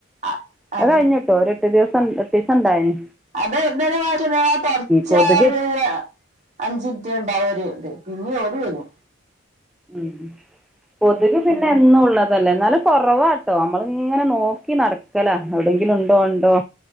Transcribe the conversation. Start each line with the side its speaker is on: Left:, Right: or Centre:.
Right: അ അതെ
Centre: അത് കഴിഞ്ഞ്ട്ടോ ഒര് എട്ട് ദിവസം എട്ടീസം ഇണ്ടായിനി.
Right: അത് ഇതു <unintelligible> വരുന്ന തൊടച്ചേരുവ
Centre: കൊതുക്
Right: <unintelligible> അഞ്ചിൻറ്റ് ഇണ്ടാവും ഒരു ഇത് പിന്നി ഓല് വെരും.
Centre: ഉം കൊത്ക് പിന്നെ
Right: അതാ
Centre: എന്നും ഉള്ളതല്ലേ ഇന്നാലും. കൊറവാട്ടോ. നമ്മള് ഇങ്ങനെ നോക്കി നടക്കല. എവിടെങ്കിലും ഇണ്ടോ ഇണ്ടോ.